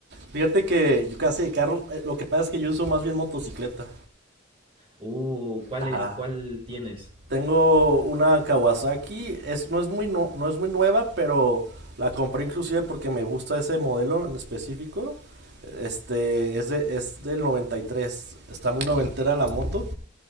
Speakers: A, on the right; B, on the right.
A: Fíjate que yo casi de carro, eh, lo que pasa es que yo uso más bien motocicleta.
B: Uh, ¿cuál
A: Ajá.
B: es? ¿Cuál tienes?
A: Tengo una Kawasaki, es, no, es muy no, no es muy nueva, pero la compré inclusive porque me gusta ese modelo en específico. Este es, de, es del 93. está muy noventera la moto,